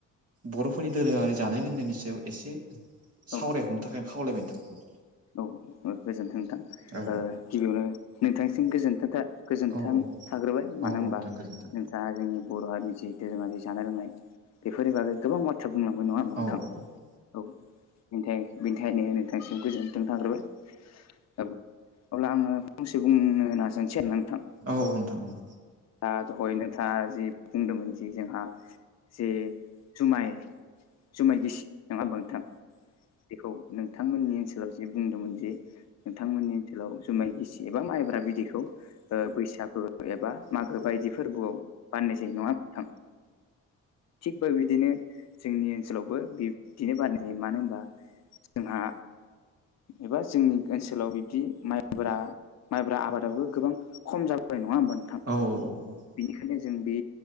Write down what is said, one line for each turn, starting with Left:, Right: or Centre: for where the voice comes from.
Right: बर'फोरनि दोरोङारि जानाय लोंनायनि सायाव एसे
Left: औ
Right: सावरायहरनो थाखाय आं खावलायबाय नोंथांखौ।
Left: औ गोजोन्थों नोंथां।
Right: औ
Left: ओ गिबियावनो नोंथांसिम गोजोन्थों था- गोजोन्थों
Right: औ औ
Left: थाग्रोबाय मानो
Right: औ
Left: होनबा
Right: औ नोंथां गोजोन्थों
Left: नोंथाङा जोंनि बर' हारिनि जि धोरोमारि जानाय-लोंनाय बेफोरनि बागै गोबां बाथ्रा बुंलांबाय। नङा होमबा नोंथां?
Right: औ औ
Left: औ <unintelligible> बेनि थाखायायनो नोंथांसिम गोजोनथों थांग्रोबाय। औ अब्ला आङो फंसे बुंनो नाजानोसै आरो नोंथां।
Right: औ औ नोंथां औ
Left: दा दहय नोंथाङा जि बुंदोंमोन जि जोंहा जे जुमाय जुमाय गिसि। नंङा ओमबा नोंथां? बेखौ नोंथांमोननि ओनसोलाव जे बुंदोंमोन जे नोंथांमोननि ओनसोलाव जुमाय गिसि एबा माइब्रा बिदैखौ ओ बैसागु एबा मागो बायदि फोरबोआव बानायनाय जायो। नङा ओमबा नोंथां? थिग बेबायदिनो जोंनि ओनसोलावबो बिदिनो बानायनाय जायो मानो होनबा जोंहा एबा जोंनि ओनसोलाव बिब्दि माइब्रा माइब्रा आबादाबो गोबां खम जाबाय नङा होमबा नों-
Right: औ औ औ
Left: बेनिखायनो जों बे